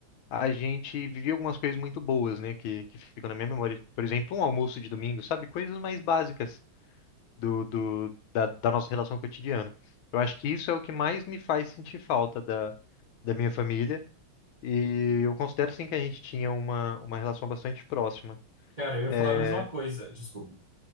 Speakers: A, on the left; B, on the right.
A: a gente vivia algumas coisas muito boas, né, que, que ficam na minha memória. Por exemplo, um almoço de domingo, sabe? Coisas mais básicas do, do, da, da nossa relação cotidiana. Eu acho que isso é o que mais me faz sentir falta da, da minha família. E eu considero, sim, que a gente tinha uma, uma relação bastante próxima.
B: Cara, eu ia
A: É,
B: falar a mesma coisa. Desculpa.